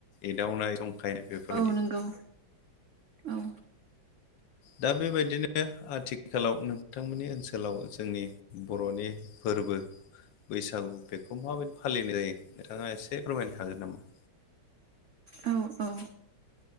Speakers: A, on the left; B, on the right.
A: एदावनाय जंखायनाय बेफोरबायदि
B: औ नंगौ औ
A: दा बेबायदिनो आथिखालाव नोंथांमोननि ओनसोलाव जोंनि बर'नि फोरबो बैसागु बेखौ माबायदि फालिनाय जायो नोंथाङा एसे फोरमायनो हागोन नामा
B: औ औ